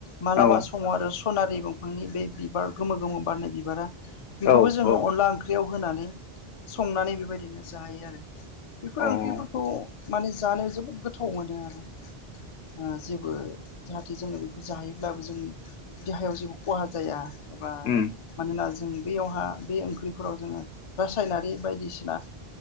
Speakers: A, on the left; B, on the left.
A: मालाबा
B: औ
A: समाव आरो सनारि दं बिफांनि बे बिबार गोमो गोमो बारनाय बिबारा बेखौबो
B: औ
A: जोङो
B: औ
A: अनला ओंख्रियाव होनानै संनानै बेबायदिनो जायो आरो बेफोर
B: अ उम
A: ओंख्रिफोरखौ माने जानोाव जोबोद गोथाव मोनो आरो जेबो जाहाथे जोङो बेखौ जायोब्लाबो जोंनि देहायाव जेबो खहा जाया एबा
B: उम
A: मानोना जों बेयावहा बे ओंख्रिफोराव जोङो रासायनारि बायदिसिना